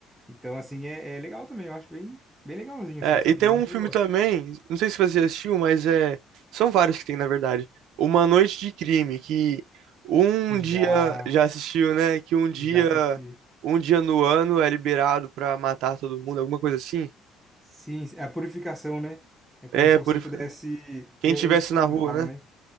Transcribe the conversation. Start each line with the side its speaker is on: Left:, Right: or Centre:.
Centre: Então, assim, é, é legal também, eu acho bem bem legalzinho
Right: É,
Centre: assim, sabe?
Right: e tem
Centre: É
Right: um
Centre: um que
Right: filme
Centre: eu gosto.
Right: também, não sei se você assistiu, mas é. São vários que tem, na verdade. Uma Noite de Crime, que um
Centre: Já
Right: dia. Já assistiu, né? Que um dia.
Centre: já assisti.
Right: Um dia no ano é liberado pra matar todo mundo, alguma coisa assim.
Centre: Sim, é a purificação, né? É como
Right: É,
Centre: se
Right: purificar.
Centre: você pudesse,
Right: Quem
Centre: que é
Right: tivesse
Centre: o expurgo
Right: na rua,
Centre: que fala,
Right: né?
Centre: né?